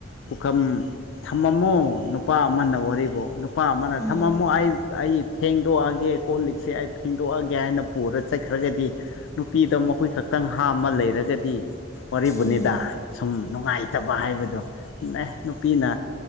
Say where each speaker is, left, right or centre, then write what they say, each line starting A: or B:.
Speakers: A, on the left; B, on the left.
A: ꯄꯨꯈꯝ ꯊꯝꯃꯝꯃꯣ ꯅꯨꯄꯥ ꯑꯃꯅ ꯋꯥꯔꯤꯕꯣ? ꯅꯨꯄꯥ ꯑꯃꯅ
B: ꯎꯝ
A: ꯊꯝꯃꯝꯃꯣ
B: ꯎꯝ
A: ꯑꯩ ꯑꯩ ꯐꯦꯡ ꯐꯦꯡꯗꯣꯛꯑꯒꯦ ꯀꯣꯜ ꯂꯤꯛꯁꯦ ꯑꯩ ꯐꯦꯡꯗꯣꯛꯑꯒꯦ ꯍꯥꯏꯅ ꯄꯨꯔ ꯆꯠꯈ꯭ꯔꯒꯗꯤ ꯅꯨꯄꯤꯗ ꯃꯈꯨꯠ ꯈꯛꯇꯪ ꯍꯥꯝꯃ ꯂꯩꯔꯒꯗꯤ ꯋꯥꯔꯤꯕꯨꯅꯤꯗꯥ
B: ꯎꯝ
A: ꯁꯨꯝ ꯅꯨꯡꯉꯥꯏꯇꯕ ꯍꯥꯏꯕꯗꯣ ꯑꯦ ꯅꯨꯄꯤꯅ